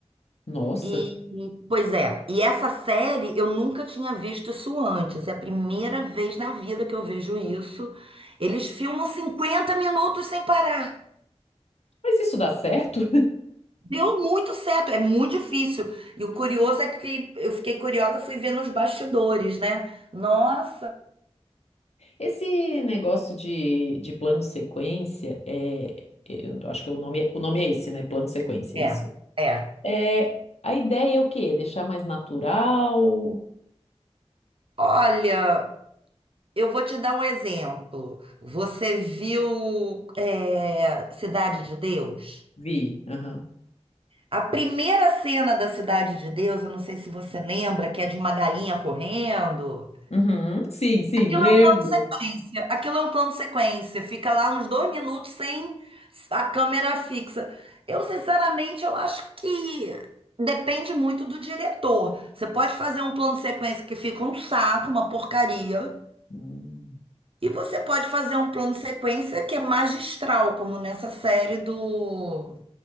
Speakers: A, on the left; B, on the right.
A: Nossa,
B: E, e- pois é, e essa série eu nunca tinha visto isso antes. É a primeira vez na vida que eu vejo isso. Eles filmam 50 minutos sem parar.
A: mas isso dá certo?
B: Deu muito certo, é muito difícil. E o curioso é que eu fiquei curiosa, fui ver nos bastidores, né? Nossa,
A: Esse negócio de, de plano sequência, é, eu acho que é o nome, é- o nome é esse, né? Plano sequência,
B: é,
A: é isso?
B: é.
A: É, a ideia é o quê? Deixar mais natural?
B: Olha, eu vou te dar um exemplo. Você viu, é, Cidade de Deus?
A: Vi. Aham.
B: A primeira cena da Cidade de Deus, eu não sei se você lembra, que é de uma galinha correndo.
A: Uhum. Sim, sim,
B: Aquilo
A: lembro.
B: é um plano sequência. Aquilo é um plano sequência. Fica lá uns dois minutos sem a câmera fixa. Eu, sinceramente, eu acho que depende muito do diretor. Você pode fazer um plano sequência que fica um saco, uma porcaria.
A: Hum.
B: E você pode fazer um plano sequência que é magistral, como nessa série do,